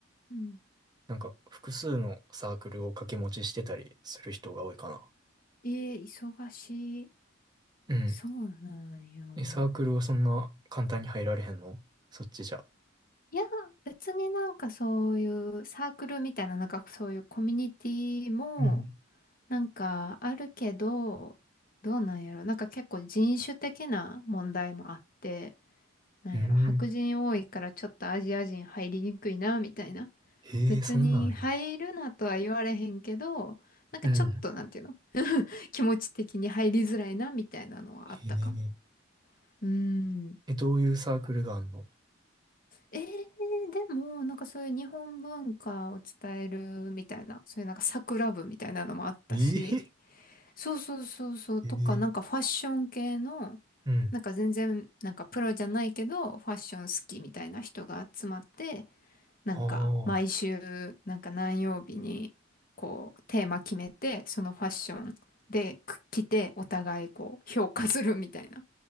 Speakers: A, on the left; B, on the right.
A: うん
B: なんか複数のサークルを掛け持ちしてたりする人が多いかな。
A: ええ忙しい。
B: うん。
A: そうなんよ。
B: え、サークルはそんな簡単に入られへんのそっちじゃ。
A: いや、別になんかそういうサークルみたいな、なんかそういうコミュニティも、
B: うん。
A: なんかあるけど、どうなんやろ。なんか結構人種的な問題もあって、なんやろ。
B: うん。
A: 白人多いからちょっとアジア人入りにくいな、みたいな。
B: へえ、
A: 別に入るなとは言われへんけど、
B: そんなんあるんや。
A: なんかちょっとなんていうの
B: うん。
A: <laughs> 気持ち的に入りづらいな、みたいなのはあったかも。
B: へえ。
A: うーん。
B: え、どういうサークルがあんの
A: ええでも、なんかそういう日本文化を伝えるみたいな、そういうなんか桜部みたいなのもあったし、
B: ええ
A: そうそうそうそう、
B: へえ
A: とか、なんかファッション系の、
B: うん。
A: なんか全然、なんかプロじゃないけど、ファッション好きみたいな人が集まって、なんか毎週、
B: ああ。
A: なんか何曜日に、こう、テーマ決めて、そのファッションでく着て、お互いこう、評価するみたいな